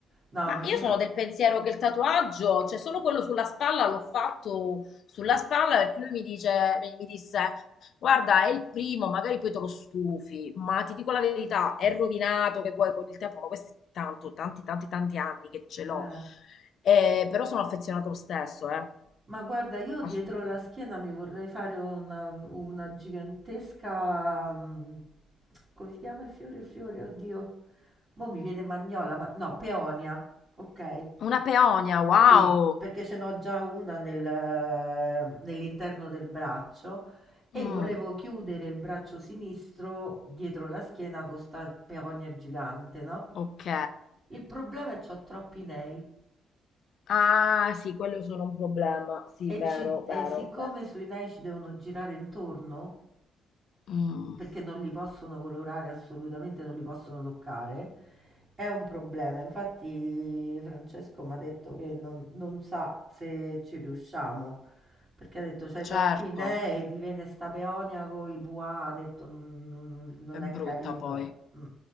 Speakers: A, on the right; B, on the left.
A: No,
B: Ma
A: mi...
B: io
A: mi-
B: sono del pensiero che il tatuaggio, cioè solo quello sulla spalla, l'ho fatto sulla spalla perché lui mi dice, mi, mi disse, guarda, è il primo, magari poi te lo stufi, ma ti dico la verità, è rovinato che vuoi con il tempo, ma questo è tanto, tanti, tanti, tanti anni che ce l'ho.
A: eh.
B: Eh, però sono affezionato lo stesso, eh,
A: Ma guarda, io
B: assolutamente.
A: dietro la schiena mi vorrei fare una, una gigantesca... mm, come si chiama il fiore? Il fiore, oddio. Mo' mi viene magnola, ma no, peonia. Ok.
B: Una peonia, wow!
A: Sì, perché ce n'ho già una nel- nell'interno del braccio e
B: Mm,
A: volevo chiudere il braccio sinistro dietro la schiena con sta peonia gigante, no?
B: ok.
A: Il problema è che ho troppi nei
B: Ah, sì, quello sono un problema. Sì,
A: e,
B: vero,
A: ci- e
B: vero,
A: siccome
B: vero.
A: sui nei ci devono girare intorno,
B: Mm,
A: perché non li possono colorare assolutamente, non li possono toccare, è un problema. Infatti Francesco mi ha detto che non, non sa se ci riusciamo, perché ha detto c'hai
B: certo,
A: troppi nei, diviene sta peonia con i buà, ha detto non, non- non
B: è
A: è
B: brutta
A: carino.
B: poi.
A: Mm.